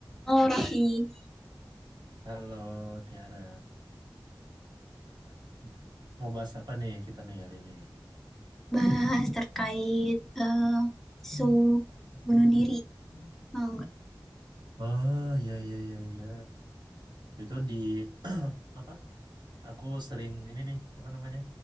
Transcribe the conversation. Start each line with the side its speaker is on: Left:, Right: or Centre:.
Centre: Oh, Raffi,
Right: Halo Tiara, <clears throat> mau bahas apa nih kita nih hari ini?
Centre: bahas terkait eh, isu bunuh diri. Oh, enggak.
Right: Oh iya iya iya iya, itu di <clears throat> apa? Aku sering ini nih apa namanya